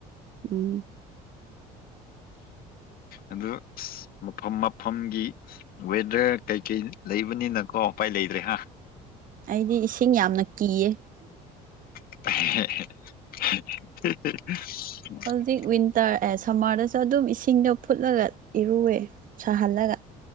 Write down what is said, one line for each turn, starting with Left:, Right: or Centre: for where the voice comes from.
Right: ꯎꯝ
Left: ꯑ ꯃꯐꯝ ꯃꯐꯝꯒꯤ ꯋꯦꯗꯔ ꯀꯩꯀꯩ ꯂꯩꯕꯅꯤꯅꯀꯣ ꯎꯄꯥꯏ ꯂꯩꯇ꯭ꯔꯦ ꯍꯥꯏ
Right: ꯑꯩꯗꯤ ꯏꯁꯤꯡ ꯌꯥꯝꯅ ꯀꯤꯌꯦ
Left: <unintelligible>
Right: ꯍꯧꯖꯤꯛ ꯋꯤꯟꯇꯔ ꯑꯦ ꯁꯝꯃꯔꯗꯁꯨ ꯑꯗꯨꯝ ꯏꯁꯤꯡꯗꯣ ꯐꯨꯠꯂꯒ ꯏꯔꯨꯑꯦ ꯁꯥꯍꯜꯂꯒ